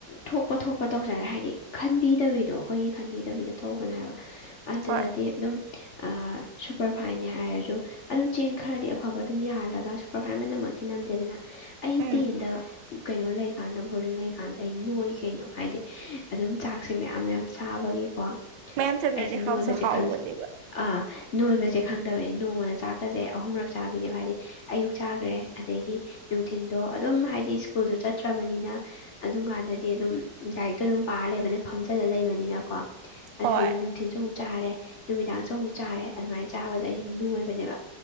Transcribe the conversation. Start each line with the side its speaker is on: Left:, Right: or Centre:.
Left: ꯊꯣꯛꯄ ꯊꯣꯛꯄ ꯇꯧꯖꯔꯦ ꯍꯥꯏꯗꯤ ꯈꯟꯕꯤꯗꯕꯤꯗꯣ ꯑꯩꯈꯣꯏꯒꯤ ꯈꯟꯕꯤꯗꯕꯤꯗꯣ ꯊꯧꯕꯅꯦ ꯍꯥꯏꯕ ꯑꯗꯨꯗꯗꯤ
Right: ꯍꯣꯏ
Left: ꯑꯗꯨꯝ ꯑ ꯁꯨꯄꯔ ꯐꯥꯏꯦ ꯍꯥꯏꯔꯁꯨ ꯑꯗꯨꯝ ꯆꯦꯡ ꯈꯔꯗꯤ ꯑꯐꯕ ꯑꯗꯨꯝ ꯌꯥꯍꯜꯂꯒ ꯁꯨꯄꯔꯐꯥꯏꯟ ꯃꯅꯝꯃꯛꯇꯤ ꯅꯝꯗꯦꯗꯅ ꯑꯩ
Right: ꯎꯝ
Left: ꯇꯦꯟꯗ ꯀꯩꯅꯣ ꯂꯩꯀꯥꯟꯗ ꯕꯣꯔꯗꯤꯡ ꯂꯩꯀꯥꯟꯗ ꯑꯩ ꯅꯣꯏ ꯀꯩꯅꯣ ꯍꯥꯏꯗꯤ ꯑꯗꯨꯝ ꯆꯥꯛꯁꯦ ꯃꯌꯥꯝ ꯃꯌꯥꯝ ꯁꯥꯕꯒꯤꯀꯣ
Right: ꯃꯌꯥꯝ ꯆꯝꯅꯔꯗꯤ
Left: ꯑꯩꯁꯦ
Right: ꯍꯥꯎꯁꯨ
Left: ꯅꯣꯏꯕꯁꯦ
Right: ꯍꯥꯎꯕꯅꯦꯕ
Left: ꯈꯪꯖꯦ ꯑꯥ ꯅꯣꯏꯕꯁꯦ ꯈꯪꯗꯕꯩꯅꯦ ꯅꯣꯡꯃꯗ ꯆꯥꯛꯀꯁꯦ ꯑꯍꯨꯝꯔꯛ ꯆꯥꯕꯤꯅꯦꯕ ꯍꯥꯏꯗꯤ ꯑꯌꯨꯛ ꯆꯥꯈ꯭ꯔꯦ ꯑꯗꯩꯗꯤ ꯅꯨꯡꯊꯤꯤꯟꯗꯣ ꯑꯗꯨꯝ ꯍꯥꯏꯗꯤ ꯁ꯭ꯀꯨꯜꯁꯨ ꯆꯠꯇ꯭ꯔꯕꯅꯤꯅ ꯑꯗꯨꯡꯀꯥꯟꯗꯗꯤ ꯑꯗꯨꯝ ꯂꯥꯏꯔꯤꯛꯇꯣ ꯑꯗꯨꯝ ꯄꯥꯔ ꯂꯩꯕꯅꯤꯅ ꯐꯝꯖꯜꯂ ꯂꯩꯕꯅꯤꯅꯀꯣ ꯑꯗꯨꯗꯨꯒꯤ
Right: ꯍꯣꯏ
Left: ꯅꯨꯡꯇ ꯅꯨꯡꯊꯤꯟꯁꯨ ꯑꯃꯨꯛꯥꯔꯦ ꯅꯨꯃꯤꯗꯥꯡꯁꯨ ꯑꯃꯨꯛ ꯆꯥꯔꯦ ꯑꯗꯨꯃꯥꯏꯅ ꯆꯥꯕꯗ ꯑꯩꯁꯨꯦ ꯅꯨꯡꯉ ꯑꯣꯏꯕꯅꯦꯕ